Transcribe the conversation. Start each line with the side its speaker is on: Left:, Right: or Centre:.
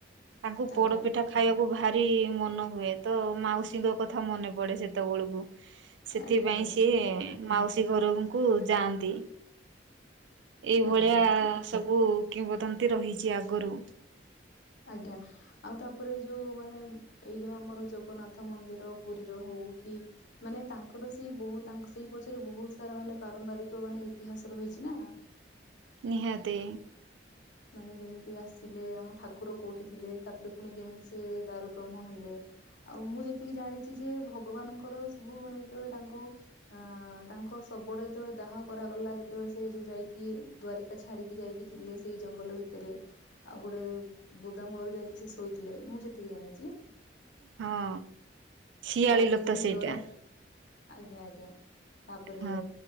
Right: ତାଙ୍କୁ ପୋଡପିଠା
Left: ଆଜ୍ଞା।
Right: ଖାଇବାକୁ ଭାରି ମନ ହୁଏ। ତ ମାଉସୀଙ୍କ କଥା ମନେ ପଡ଼େ ସେତେବେଳକୁ ସେଥିପାଇଁ
Left: ଆଜ୍ଞା ଆଜ୍ଞା
Right: ସିଏ ମାଉସୀ ଘରଙ୍କୁ ଯାଆନ୍ତି। ଏଇଭଳିଆ
Left: ଆଜ୍ଞା
Right: ସବୁ କିମ୍ବଦନ୍ତୀ ରହିଛି ଆଗରୁ
Left: ଆଜ୍ଞା। ଆଉ ତାପରେ ଯୋଉ ମାନେ ଏଇ ଯୋଉ ଆମର ଜଗନ୍ନାଥ ମନ୍ଦିର ପୁରୀର ହଉ କି ମାନେ ତାଙ୍କର ସେଇ ବହୁ ତାଙ୍କ ସେଇ ପଛରେ ବହୁତ ସାରା ମାନେ ପାରମ୍ପରିକ ମାନେ ଇତିହାସ ରହିଛି ନା <unintelligible>
Right: ନିହାତି।
Left: ମାନେ ଯେମିତି ସେ ଆସିଲେ ଆମ ଠାକୁର କୋଉଠି ଥିଲେ ତାପରେ ପୁଣି କେମିତି ସିଏ ଦାରୁ ବ୍ରହ୍ମ ହେଲେ। ଆଉ ମୁଁ ଯେତିକି ଜାଣିଛି ଯେ ଭଗବାନଙ୍କର ସବୁ ମାନେ ଯେତେବେଳେ ତାଙ୍କୁ ଅ ତାଙ୍କ ଶବ ଟା ଯେତେବେଳେ ଦାହ କରାଗଲା ଯେତେବେଳେ ସେ ଯୋଉ ଯାଇକି ଦ୍ୱାରିକା ଛାଡିକି ଯାଇକି ଥିଲେ ସେଇ ଜଙ୍ଗଲ ଭିତରେ ଆଉ ଗୋଟେ ବୁଦାମୂଳରେ ଯାଇକି ସେ ଶୋଇଥିଲେ। ମୁଁ ସେତିକି ଜାଣିଛି।
Right: ହଁ ଶିଆଳି
Left: ତାପରେ
Right: ଲତା
Left: ସେଇ
Right: ସେଇଟା।
Left: ଜରା ଆଜ୍ଞା ଆଜ୍ଞା ତାପରେ
Right: ହଁ